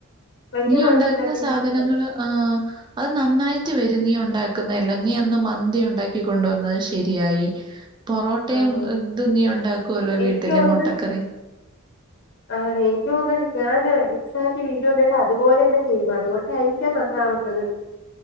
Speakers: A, on the left; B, on the right.
A: വലിയ
B: നീ
A: കുഴപ്പമില്ലാത്ത
B: ഉണ്ടാക്കുന്ന സാധനങ്ങള്
A: രീതിക്ക് വന്നു
B: ആഹ് അത് നന്നായിട്ട് വ നീ ഉണ്ടാക്കുന്നെല്ലാം നീ അന്ന് മന്തി ഉണ്ടാക്കി കൊണ്ട് വന്നത് ശരിയായി പൊറോട്ടയും
A: ആഹ്
B: ഇത് നീ ഉണ്ടാക്കുവല്ലോ
A: എനിക്ക്
B: വീട്ടില്
A: തോന്നുന്നു
B: മുട്ടക്കറി
A: ആണ് എനിക്ക് തോന്നു ഞാൻ എക്സാക്റ്റ് വീഡിയോ ഉണ്ടിട്ട് അതുപോലെ തന്നെ ചെയ്യും അതുകൊണ്ടയിരിക്കാം നന്നാവുന്നത്